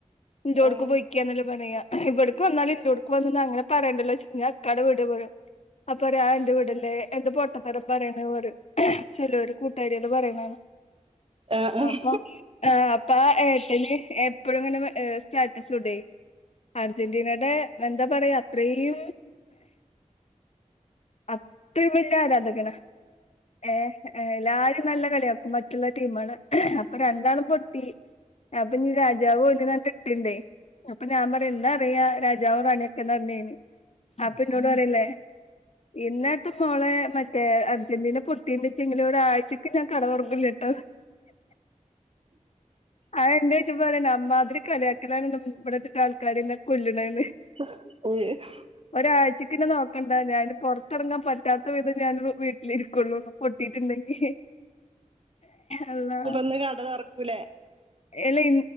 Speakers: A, on the left; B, on the right.
A: എന്റോടുക്ക്
B: ആഹ്
A: പോയി. ഇക്കാന്നല്ലെ പറയാ ഇവിട്ക്ക് വന്നാല് എന്റോഡ്ക് വന്നാല് അങന പറേണ്ടല്ലോ വെച്ചിട്ട് ഞാൻ ഇക്കാടെ വീട് പറയൂം അപ്പ പറയും ആ എന്റെ വീടല്ലേ എന്ത് പൊട്ടത്തരം പറയണേ പറയും. ചെലോര് കൂട്ടാരിയള് പറയുന്നാണ്
B: ആഹ് ആഹ്
A: അപ്പൊ. ആ അപ്പ ആ ഏട്ടന് എപ്പെഴും ഇങ്ങനെ സ്റ്റാറ്റസ് ഇടുയെ അർജന്റീനയുടെ എന്താ പറയാ അത്രേയും. അത്രയും വലൃ ആരാധകനാ. ഏ എല്ലാരും നല്ല കളിയാക്കും മറ്റുള്ള ടീമള് അപ്പ രണ്ടാളും പൊട്ടി. അപ്പൊ ഇനി രാജാവു ഓന്റേതായിട്ടിട്ടിണ്ടേ. അപ്പ ഞാമ്പറയ ഇന്നറിയാ രാജാവും റാണിയൊക്കന്നർഞ് ഞാന് അപ്പന്നോടറില്ലേ. ഇന്നത്തെ മോളെ മറ്റേ അർജന്റീന പൊ കുട്ടീന്റെച്ചെങ്കിലും ഒരാഴ്ചക്ക് ഞാൻ കട തൊറകൂലാട്ടാന്ന്. ആഹ് എന്താ സത്യം പറയണ അമ്മാതിരി കളിയാക്കലാണ് ന്റെ മൂപ്പറെത്തീട്ട ആൾക്കാരെന്നെ കൊല്ല്ന്നേന്ന്.
B: <unintelligible>
A: ഒരാഴ്ചെക്ക് എന്നെ നോക്കെണ്ട ഞാൻ പുറത്തിറങ്ങാൻ പറ്റാത്ത വിധം ഞാനൊരു വീട്ടിലിരിക്കുള്ളൂ. പൊട്ടീട്ടുണ്ടെങ്കി അല്ലാഹ്.
B: ഇനിപ്പന്ന് കട തൊറക്കൂലേ
A: എല്ല ഇ